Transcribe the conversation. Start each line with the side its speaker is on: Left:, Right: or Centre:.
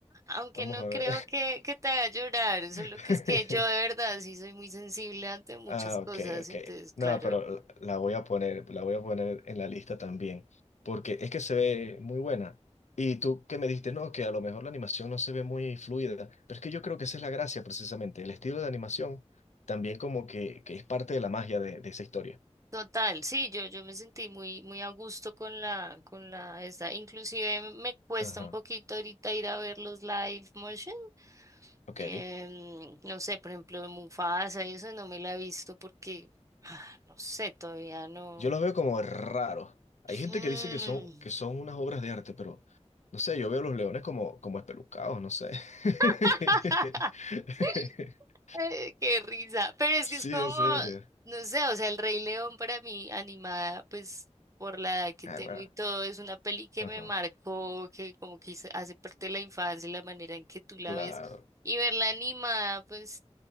Right: Aunque
Left: Vamos
Right: no
Left: a ver.
Right: creo que, que te haga llorar,
Left: <laughs>
Right: solo que es que yo de verdad sí soy muy sensible ante muchas
Left: Ah,
Right: cosas,
Left: ok, ok.
Right: entonces claro.
Left: No, pero la la voy a poner, la voy a poner en la lista también, porque es que se ve muy buena. Y tú que me dijiste, no, que a lo mejor la animación no se ve muy fluida, pero es que yo creo que esa es la gracia precisamente, el estilo de animación también como que, que es parte de la magia de, de esa historia.
Right: Total, sí, yo, yo me sentí muy, muy a gusto con la, con la, esta, inclusive me cuesta
Left: Ajá,
Right: un poquito ahorita ir a ver los live motion,
Left: ok.
Right: em, no sé, por ejemplo, Mufasa, eso no me la he visto porque, ah, no sé, todavía no.
Left: Yo los veo como raros. Hay
Right: Mm.
Left: gente que dice que son, que son unas obras de arte, pero no sé, yo veo los leones como, como espelucados, no sé.
Right: <laughs>
Left: <laughs>
Right: <laughs> Ay, Qué risa. Pero es que
Left: Sí,
Right: es como,
Left: en serio.
Right: no sé, o sea, El Rey León para mí, animada, pues por la edad que
Left: Ah,
Right: tengo
Left: bueno.
Right: y todo, es una peli que
Left: Ajá.
Right: me marcó, que como que hizo- hace parte de la infancia y la manera en que tú la
Left: Claro,
Right: ves. Y verla animada, pues